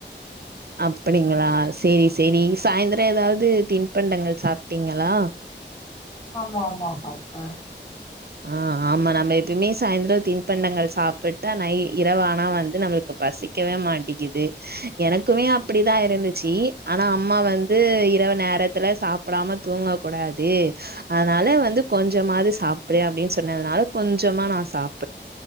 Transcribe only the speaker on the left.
ஆமா ஆமா சாப்பிட்டே